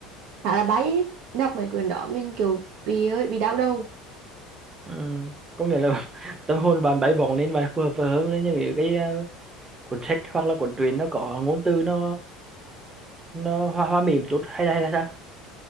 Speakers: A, on the right (about 60°); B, on the right (about 25°).
A: khá là bay ấy. đọc mấy quyển đó mình kiểu bị ơi bị đau đầu
B: ừ. có nghĩa là <laughs> tâm hồn bạn bay bổng lên bạn phù hợp hơn với những cái ờ, cuốn sách hoặc là cuốn truyện nó có ngôn từ nó nó hoa hoa mỹ một chút hay là, hay là sao